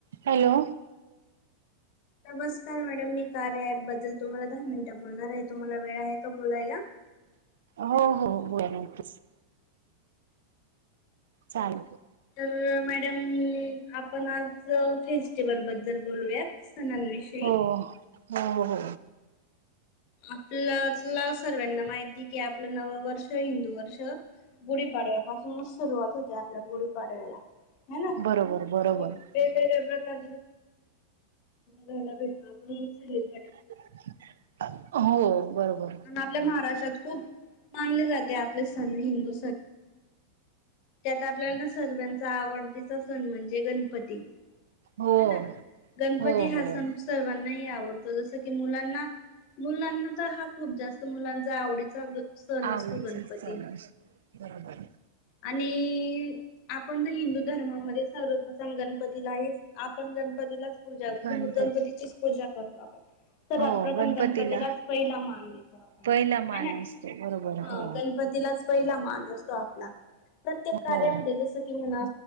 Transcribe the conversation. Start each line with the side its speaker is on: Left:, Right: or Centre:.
Right: Hello.
Left: नमस्कार madam मी कार्या ऍप बद्दल तुम्हाला दहा मिनिटं बोलणार आहे तुम्हाला. वेळ आहे का बोलायला.
Right: हो हो बया नकीच चाले,
Left: तर मॅडम आपण आज फिस् <unintelligible> बद्दल बोलूयात सणांविषयी
Right: हो हो हो,
Left: आपल्याला सर्व्यांना माहिती की आपलं नव वर्ष हिंदू वर्ष गुढी पाडव का? सुरुवात होते आपल्या गुढी पाड्याला ह ना?
Right: बरोबर बरोबर
Left: वेगवेगळे, लर ना जाायला भेटण
Right: हो! बरोबर
Left: आपल्या महाराष्ट्रात खूप मानले जाते आपले सण हिंदु, त्यात आपल्याला सर्वांचा आवडतीचा सण म्हणजे गणपती, <unintelligible>
Right: हो!
Left: ह ना. गणपती
Right: हो
Left: हा
Right: हो
Left: सण सर्वांनाही आवडतो जस की मुलांना मुलांना हा खूप जास्त मुलांचा आवडीचा सण
Right: आच
Left: असतो गणपती
Right: लू बरोबर आहे.
Left: आणि आपण तर हिंदू धर्मामध्ये सर्वप्रथम गणपतीला आहे आपण गणपतीला पूजा
Right: गणपती
Left: गणगणपतीचीच पूजा करू आपण, सर्वात
Right: हो
Left: प्रथम
Right: गणपतीला
Left: गणपतीलाच पहिला मान देतो आपण आहे
Right: पहिला मान
Left: ना
Right: असतो बरोबर
Left: ह
Right: हो
Left: गणपतीलाच. पहिला मान असतो आपला. प्रत्येक
Right: हो
Left: कार्यामध्ये जसं की म्हणा